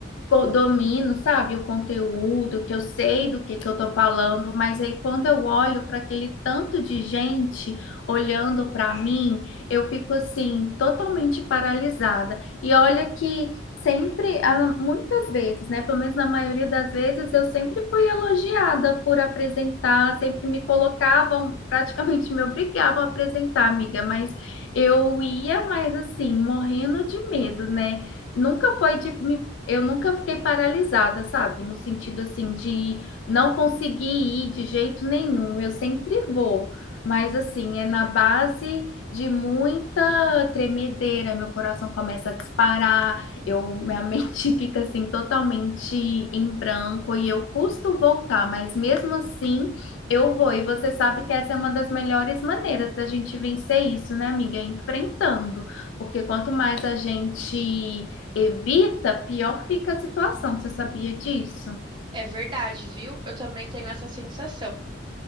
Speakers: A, on the left (about 70°); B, on the right (about 25°).
A: co- domino, sabe, o conteúdo, que eu sei do que que eu tô falando, mas aí quando eu olho para aquele tanto de gente olhando para mim, eu fico assim totalmente paralisada. E olha que sempre, ah, muitas vezes, né, pelo menos na maioria das vezes, eu sempre fui elogiada por apresentar, sempre me colocavam, praticamente me obrigavam a apresentar, amiga, mas eu ia mais assim, morrendo de medo, né? Nunca foi de me eu nunca fiquei paralisada, sabe? No sentido assim de não conseguir ir de jeito nenhum. Eu sempre vou, mas assim, é na base de muita tremedeira, meu coração começa a disparar, eu minha <laughs> mente fica assim totalmente em branco e eu custo voltar, mas mesmo assim eu vou. E você sabe que essa é uma das melhores maneiras da gente vencer isso, né, amiga? É Enfrentando, porque quanto mais a gente Evita, pior fica a situação. Você sabia disso?
B: É verdade, viu? Eu também tenho essa sensação.